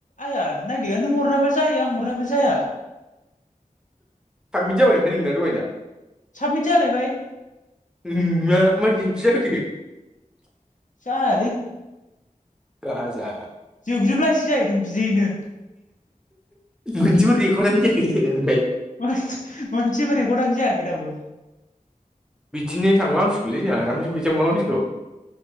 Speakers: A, on the left; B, in the centre.
A: आइया नायदो नों हरनायाबा जायो आं हरनायाबा जाया।
B: साबमित जाबाय ओमफ्राय नोंनिया दहायना
A: साबमिट जालायबाय
B: <unintelligible>
A: जायालै
B: गाजा
A: जोबजोबलायसै जाहैदों बिदियैनो
B: मोनसेबो रेखदानो जायाखै ओमफ्राय
A: मोन मोनसेबो रेखरद'आनो जायाखै दाबो
B: बिदिनो थांबा हसिगौलै जोंहा आरामसे फैसा मोनबा हामसिगौ